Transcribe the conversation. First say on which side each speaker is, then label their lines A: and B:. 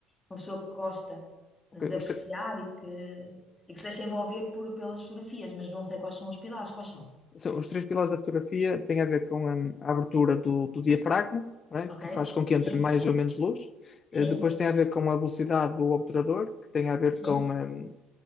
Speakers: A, on the left (about 20°); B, on the left (about 45°).
A: uma pessoa que gosta
B: Ok,
A: de apreciar
B: os, tr-
A: e que, e que se deixa envolver por, pelas fotografias, mas não sei quais são os pilares, quais são?
B: são- os três pilares da fotografia têm a ver com hum, a abertura do, do diafragma, não é?
A: Ok?
B: que faz com que
A: Sim,
B: entre mais ou menos luz.
A: sim,
B: Eh, depois tem a ver com a velocidade do obturador, que tem a ver
A: sim,
B: com hum,